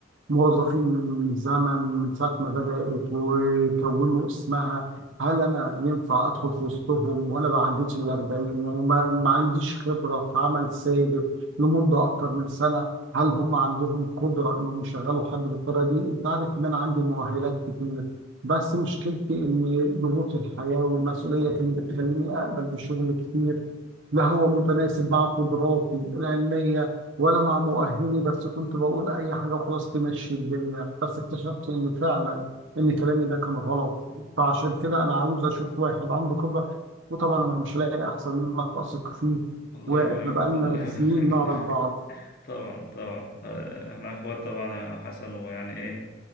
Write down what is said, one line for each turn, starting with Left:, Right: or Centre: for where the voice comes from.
Right: موظفين من زمن من ساعة ما بدأت وكونوا اسمها هل أنا ينفع أدخل في وسطهم وأنا ما عديتش ال 40 وما ما عنديش خبرة في عمل ثابت لمدة أكتر من سنة هل هم عندهم قدرة إنهم يشغلوا حد بالطريقة دي؟ أنت عارف إن أنا عندي مؤهلات كتير بس مشكلتي إن ضغوط الحياة والمسؤولية كانت بتخليني أقبل بشغل كتير لا هو متناسب مع قدراتي العلمية ولا مع مؤهلي بس كنت بقول اي حاجه وخلاص تمشي الدنيا بس اكتشفت ان فعلا ان كلامي ده كان غلط فعشان كده انا عاوز اشوف واحد عنده خبره وطبعا انا مش لاقي احسن منك اثق فيه
Left: الله
Right: واحنا
Left: يبارك
Right: بقالنا
Left: الله
Right: سنين
Left: يبارك
Right: نعرف بعض
Left: <laughs> طبعا طبعا آه، احنا اخوات طبعا يا حسن ويعني ايه